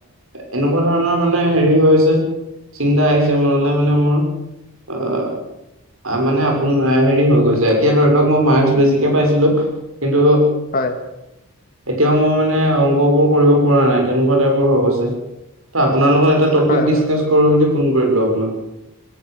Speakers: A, on the right; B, on the left.
A: এনেকুৱা ধৰণৰ মানে হেৰি হৈ হৈছে চিন্তা আহিছে মনলৈ মানে মোৰ অ মানে আপোন হেৰি হৈ গৈছে, এতিয়া ধৰি লওক মই মাৰ্কছ বেছিকে পাইছিলো। কিন্তু,
B: হয়
A: এতিয়াও মোৰ মানে নে, অংকবোৰ কৰিব পৰা নাই? তেনেকুৱা টাইপৰ হৈ গৈছে। ত' আপোনাৰ লগত এটা টপিক
B: হয়
A: দিচকাছ
B: হয়
A: কৰোঁ বুলি ফোন কৰিলোঁ আপোনাক।